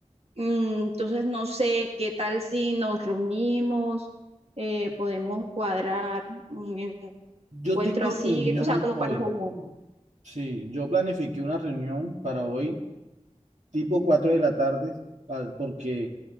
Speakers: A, on the right; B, on the right.
A: Mm, Entonces, no sé qué tal si nos reunimos, eh, podemos cuadrar un
B: yo
A: encuentro
B: tengo
A: así,
B: reunión
A: o sea, como
B: hoy.
A: para saludarnos.
B: Sí, yo planifiqué una reunión para hoy tipo 4 de la tarde, al- porque